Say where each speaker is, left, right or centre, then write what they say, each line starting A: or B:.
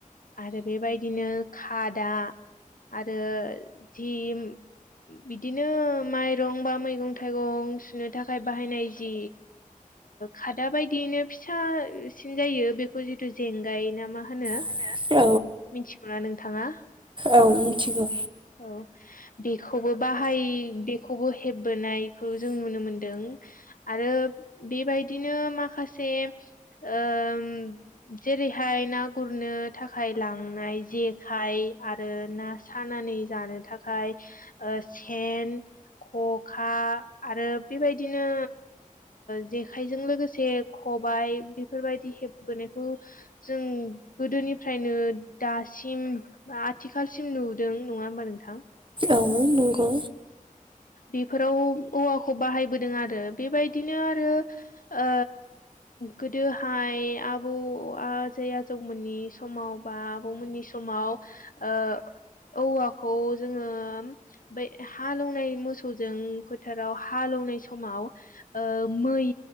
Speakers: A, on the left (about 80°); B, on the right (about 35°).
A: आरो बेबायदिनो खादा आरो जिम बिदिनो माइरं बा मैगं थाइगं सुनो थाखाय बाहायनाय दि खादा बायदियैनो फिसासिन जायो बेखौ जितु जेंगाय ना मा होनो
B: म <unintelligible>
A: मिथिगौना नोंथाङा
B: औ मिथिगौ
A: औ बेखौबो बाहाय बेखौ खौबो हेबबोनायखौ जों नुनो मोनदों आरो बेबायदिनो माखासे ओम जेरैहाय ना गुरनो थाखाय लांनाय जे खाय आरो ना सानानै जानो थाखाय सेन खखा आरो बेबायदिनो जेखाइजों लोगोसे खबायाइ बेफोरबायदि हेबबोनायखौ जों गोदोनिफ्राय नो दासिम बा आथिखालसिम नुदों नङा होमबा नोंथां
B: औ नंगौ
A: बेफोराव औवाखौ बाहायबोदों आरो बेबायदिनो आरो ओ गोदोहाय आबौ आजै आजौमोननि समाव बा आबौमोननि समाव ओ औवाखौ जोंङो बै हालौवनाय मोसौजों फोथाराव हालौनाय समाव ओ मै